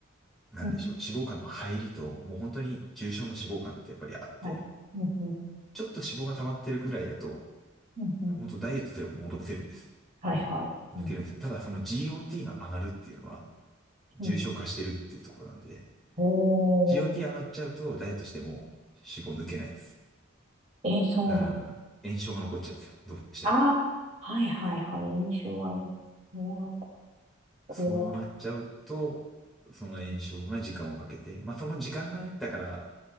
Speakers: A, in the centre; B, on the right (about 35°).
A: なんでしょう、
B: うん、
A: 脂肪肝の入りと、もう本当に重症の脂肪肝ってやっぱりあって、
B: はい。うん、うん、
A: ちょっと脂肪が溜まってるぐらいだと、
B: うん、うん。
A: 本当ダイエットすれば戻せるんです。
B: はい、はい。
A: 抜けるんですよ。
B: うん、
A: ただその GOT が上がるっていうのは、重症化してるっていうところなんで、
B: うん。お
A: GOT
B: ー、
A: 上がっちゃうと、ダイエットしても脂肪抜けないです。
B: えー、そうなん。
A: だからあの、炎症が残っちゃうんですよ。どうしても。
B: あ、はい、はい、はい。印象は、いやこれは、
A: そうなっちゃうと、その炎症が時間をかけて、まあその時間がね、だから